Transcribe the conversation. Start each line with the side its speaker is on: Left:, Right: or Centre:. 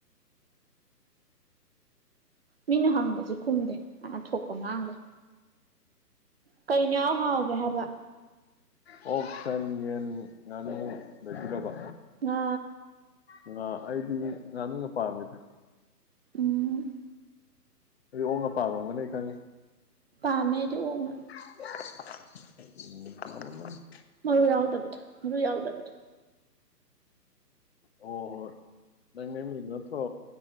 Right: ꯃꯤꯅꯦ ꯍꯪꯒꯁꯤꯦ ꯍꯗꯦ ꯑ ꯊꯄꯣꯟꯅꯪꯗ ꯀꯩꯩꯅꯎ ꯍꯥꯎꯒꯦ ꯍꯥꯏꯕ
Left: ꯑꯣꯛ ꯁꯟ ꯌꯦꯟ ꯉꯥꯅꯨ ꯂꯩꯕꯤꯔꯕ
Right: ꯑ
Left: ꯉ ꯑꯩꯗꯤ ꯉꯥꯅꯨꯡꯅ ꯄꯥꯝꯃꯤꯗ
Right: ꯎꯝ
Left: ꯑꯗꯨ ꯑꯣꯡ ꯑꯄꯥꯝꯕꯝꯒꯅꯤ ꯑꯩ ꯈꯪꯉꯤ
Right: ꯄꯃꯦꯗꯤ ꯑꯣꯉ
Left: ꯎ ꯄꯅꯤ
Right: ꯃꯔꯨ ꯌꯥꯎꯗꯕꯗꯣ ꯃꯔꯨ ꯌꯥꯎꯗꯕꯗꯨꯣ
Left: ꯑꯣ ꯍꯣꯏ ꯅꯪ ꯅ ꯂꯩꯗ ꯅꯠꯇ꯭ꯔꯣ